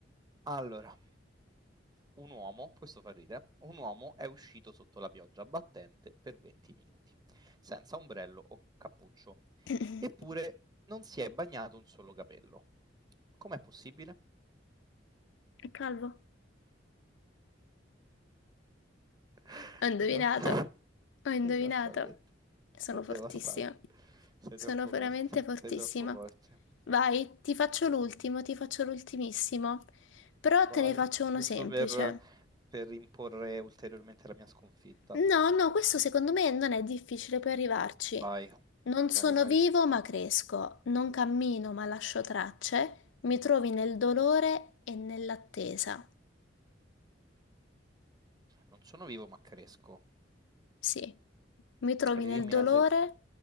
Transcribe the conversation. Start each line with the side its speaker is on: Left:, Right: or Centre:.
Right: Allora, un uomo, questo fa ridere, un uomo è uscito sotto la pioggia battente per 20 minuti, senza ombrello o cappuccio,
Left: <clears throat>
Right: eppure non si è bagnato un solo capello. Com'è possibile?
Left: È calvo.
Right: <laughs>
Left: Ho indovinato,
Right: Esatto.
Left: ho indovinato.
Right: Esattamente.
Left: Sono
Right: È devastante.
Left: fortissima.
Right: Sei
Left: Sono
Right: troppo
Left: veramente
Right: forte.
Left: fortissima.
Right: Sei troppo forte.
Left: Vai, ti faccio l'ultimo, ti faccio l'ultimissimo. Però
Right: Vai,
Left: te ne faccio
Right: giusto
Left: uno semplice.
Right: per, per imporre ulteriormente la mia sconfitta.
Left: No, no, questo secondo me non è difficile, puoi arrivarci.
Right: Vai,
Left: Non
Right: vai,
Left: sono
Right: vai.
Left: vivo, ma cresco. Non cammino, ma lascio tracce. Mi trovi nel dolore e nell'attesa.
Right: Non sono vivo ma cresco.
Left: Sì, mi trovi
Right: Ridimmi
Left: nel dolore,
Right: la seconda.